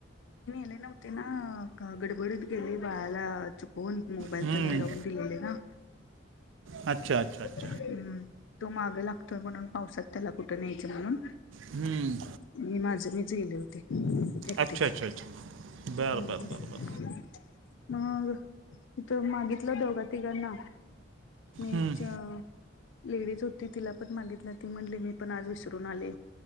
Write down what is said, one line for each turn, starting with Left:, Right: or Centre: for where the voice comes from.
Left: न्हेला नव्हते ना गडबडीत गेले बळाला चुक- कोण मोबाईल
Right: हम्म.
Left: त्याला लाऊन दिलेले ना.
Right: अच्छा! अच्छा! अच्छा!
Left: हम्म तो मागं लागतोय म्हणून पावसात त्याला कुठं न्यायच म्हणून.
Right: हम्म.
Left: मी माझं मीच गेले होते एकटी.
Right: अच्छा अच्छा अच्छा
Left: हम्म
Right: बर बर बर बर
Left: मग तथ मागितला दोघं तिघां ना मी
Right: हम्म.
Left: अ लेडीज होती तिला पण मागितली ती म्हणली मी पण आज विसरून आले.